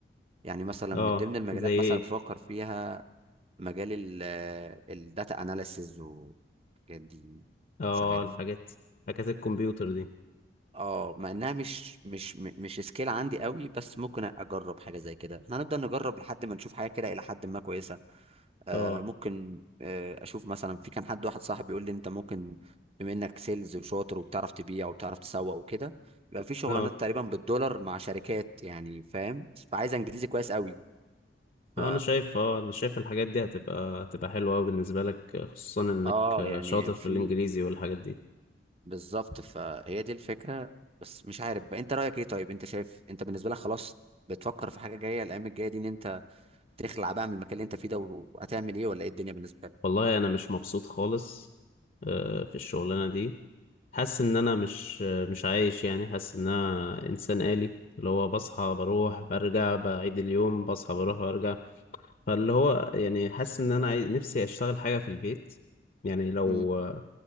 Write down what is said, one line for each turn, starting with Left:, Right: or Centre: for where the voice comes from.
Right: يعني مثلا
Left: اه
Right: من ضمن المجالات
Left: زي
Right: مثلا
Left: ايه
Right: بفكر فيها مجال الداتا اناليسز والحاجات دي
Left: اه
Right: مش عارف
Left: الحاجات حاجات الكمبيوتر دي
Right: اه مع انها مش مش م- مش سكيل عندي قوي بس ممكن اجرب حاجه زي كده احنا هنفضل نجرب لحد ما نشوف حاجه كده الى حد ما كويسه آه
Left: اه
Right: ممكن آه اشوف مثلا في كان حد واحد صاحبي بيقول لي انت ممكن بما انك سيلز وشاطر وبتعرف تبيع وبتعرف تسوق وكده يبقى في شغلانات
Left: اه
Right: تقريبا بالدولار مع شركات يعني فاهم فعايز انجليزي كويس قوي
Left: اه
Right: ف
Left: انا شايف اه انا شايف الحاجات دي هتبقى هتبقى حلوة أوي بالنسبة لك خصوصا انك
Right: اه يعني
Left: شاطر
Right: في
Left: في الانجليزي والحاجات دي
Right: بالظبط فهي دي الفكره بس مش عارف بقى انت رايك ايه طيب انت شايف انت بالنسبه لك خلاص بتفكر في حاجه جايه الايام الجايه دي ان انت تخلع بقى من المكان اللي انت فيه ده وهتعمل ايه ولا ايه الدنيا بالنسبه لك
Left: والله انا مش مبسوط خالص آه، في الشغلانه دي حاسس ان انا مش آه، مش عايش يعني حاسس ان انا انسان آلي اللي هو بصحى بروح برجع بعيد اليوم بصحى بروح برجع فاللي هو يعني حاسس ان انا عاي... نفسي اشتغل حاجه في البيت يعني لو
Right: امم
Left: آه،